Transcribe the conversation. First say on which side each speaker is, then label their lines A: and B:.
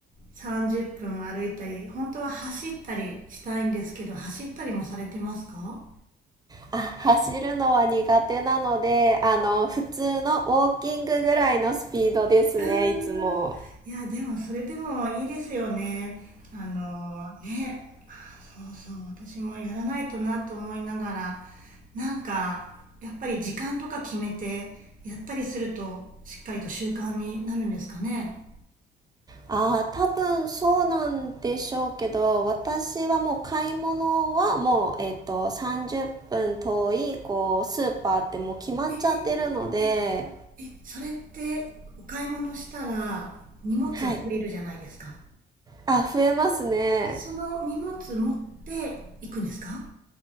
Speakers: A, on the right; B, on the right.
A: 30分歩いたり、本当は走ったりしたいんですけど、走ったりもされてますか？
B: あ、走るのは苦手なので、あの、普通のウォーキングぐらいのスピードですね、
A: うーん。
B: いつも。
A: いや、でもそれでもいいですよね。あのね、あ、そうそう、私もやらないとなと思いながら、なんか、やっぱり時間とか決めてやったりすると、しっかりと習慣になるんですかね。
B: ああ、多分そうなんでしょうけど、私はもう買い物はもう、えっと、30分遠い、こう、スーパーってもう決まっちゃってるので、
A: えー、え、それってお買い物したら荷物増えるじゃないですか。
B: はい。あ、増えますね。
A: その荷物持って行くんですか